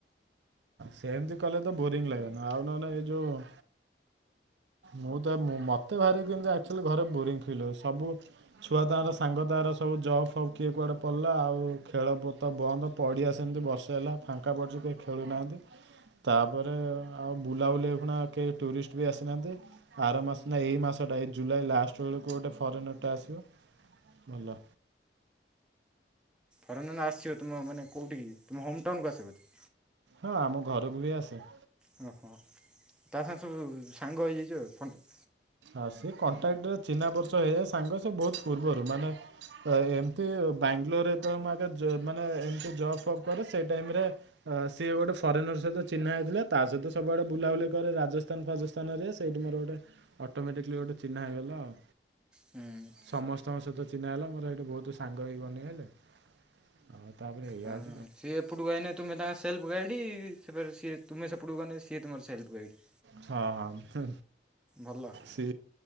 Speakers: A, on the right; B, in the centre.
A: ସେମିତି କଲେ ତ ବୋରିଙ୍ଗ ଲାଗେନ ଆଉ ନହେଲେ ଏଇ ଯୋଉ ମୁଁ ତ ମତେ ଭାରି କିନ୍ତୁ ଏକ୍ଚୁଆଲି ଘରେ ବୋରିଂ ଫିଲ୍ ହଉଛି ସବୁ ଛୁଆଦାଆର ସାଙ୍ଗ ଦାଆର ସବୁ ଜବ୍ ଫବ୍ କିଏ କୁଆଡ଼େ ପଡ଼ିଲା ଆଉ ଖେଳପତ ବନ୍ଦ। ପଡ଼ିଆ ସେମିତି ବର୍ଷେ ହେଲା ଫାଙ୍କା ପଡ଼ିଛି କିଏ ଖେଳୁ ନାହାଁନ୍ତି। ତାପରେ ଆଉ ବୁଲାବୁଲି ଅହିଖୁନା କେହି ଟୁରିଷ୍ଟ ବି ଆସିନାହାନ୍ତି। ଆର ମାସ ନା ଏଇ ମାସଟା ଏଇ ଜୁଲାଇ ଲାଷ୍ଟ ବେଳକୁ ଗୋଟେ ଫରେନର ଟେ ଆସିବ। ଭଲ।
B: କାରଣ ନା ଆସିବ ତୁମ ମାନେ କେଉଁଠି ତମ ହୋମ ଟାଉନକୁ ଆସିବ ବୋଧେ।
A: ହଁ ଆମ ଘରକୁ ବି ଆସେ।
B: ହଁ ହଁ ତା ସାଙ୍ଗେ ସବୁ ସାଙ୍ଗ ହେଇଯାଇଛି ଆଉ ଫଣ୍ଡେ
A: ଆଉ ସିଏ କଣ୍ଟାକ୍ଟରେ ଚିହ୍ନା ପରିଚୟ ହେ ସାଙ୍ଗ ସେ ବହୁତ ପୂର୍ବରୁ ମାନେ ଏମିତି ବାଙ୍ଗାଲୋରରେ ତ ଆଗେ ମାନେ ଏମତି ଜବ ଫବ୍ କରେ ସେଇ ଟାଇମ୍ ରେ ଅ ସିଏ ଗୋଟେ ଫରେନର ସହିତ ଚିହ୍ନା ହେଇଥିଲା ତା ସହିତ ସବୁଆଡ ବୁବୁଲି କରେ ରାଜ ସ୍ତାନ ଫାଜସ୍ଥାନରେ ସେଇଠି ମୋର ଗୋଟେ ଅଟୋମେଟିଲି ଗୋଟେ ଚିହ୍ନା ହେଇଗଲା ଆଉ।
B: ହୁଁ।
A: ସମସ୍ତଙ୍କ ସହିତ ଚିହ୍ନା ହେଲା ମୋର ସେଇଠି ବହୁତୁ ସାଙ୍ଗ ବି ବନିଗଲେ। ହଉ ତାପରେ ୟ
B: ହଁ ସିଏ ଏପଟକୁ ଆଇନେ ତୁମେ ତାଙ୍କ ସେଲ୍ଫ ଗାଇଡ଼ି ସିଏ ତୁମେ ସେପଟୁ ଗଲେ ସିଏ ତୁମର ସେଲ୍ଫ୍ ଗାଇଡି।
A: ହଁ ହଁ
B: ଭଲ
A: ସି